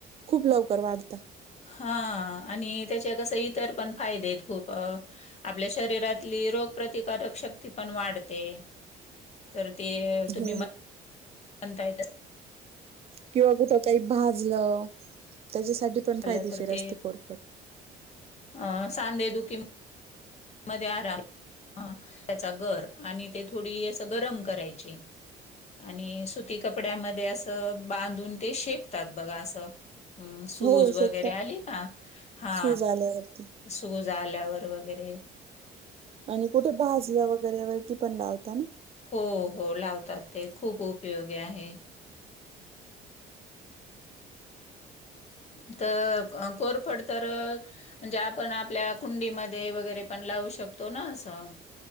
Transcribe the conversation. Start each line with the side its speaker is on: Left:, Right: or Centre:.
Right: खूप लवकर वाढत
Left: हा आणि त्याचे कस इतर पण फायदे आहेत खूप अ आपल्या शरीरातली रोगप्रतिकारक शक्ती पण वाढते तर ते तुम्ही
Right: हो
Left: म्हणताय
Right: किंवा कुठ काही भाजलं त्याच्यासाठी पण
Left: खाल्लं
Right: फायदेशीर
Left: तर ते
Right: असते कोरपड
Left: अ सांधे दु किं मध्ये आराम त्याचा गर आणि ते थोडी अस गरम करायची आणि सुती कपड्यामध्ये असं बांधून ते शेकतात बघा असं हम् सूज
Right: हो
Left: वगैरे
Right: शेकताना
Left: आली का हा
Right: सूज आल्यावरती
Left: सूज आल्यावर वगैरे
Right: आणि कुठे भाजी वगैरे व ती पण लावता ना
Left: हो हो लावतात ते खूप उपयोगी आहे आता कोरपड तर म्हणजे आपण आपल्या कुंडीमध्ये वगैरे पण लावू शकतो ना असं